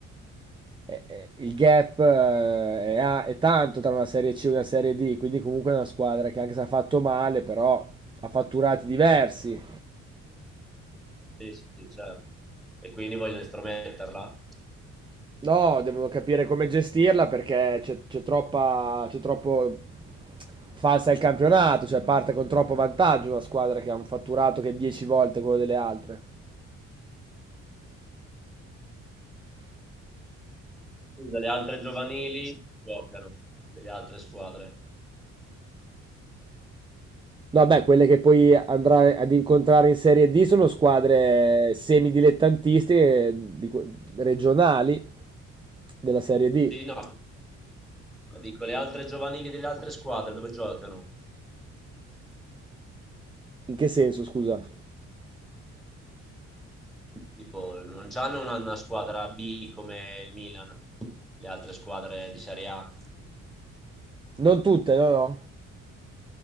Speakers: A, on the right; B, in the centre.
A: è- è- il gap eh, è, a- è tanto tra una serie C e una serie D, quindi comunque è una squadra che anche se ha fatto male, però ha fatturati diversi.
B: Sì, sì, certo. E quindi vogliono estrometterla?
A: No, devono capire come gestirla perché c'è c'è troppa, c'è troppo falsa il campionato, cioè parte con troppo vantaggio una squadra che ha un fatturato che è 10 volte quello delle altre.
B: Scusa, le altre giovanili giocano, delle altre squadre.
A: No, beh, quelle che poi andrai ad incontrare in Serie D sono squadre semidilettantistiche eh, di que- regionali della Serie D.
B: Sì, no, que- dico le altre giovanili delle altre squadre dove giocano?
A: In che senso, scusa?
B: Tipo, non hanno una, una squadra B come il Milan, le altre squadre di Serie A.
A: Non tutte, no, no.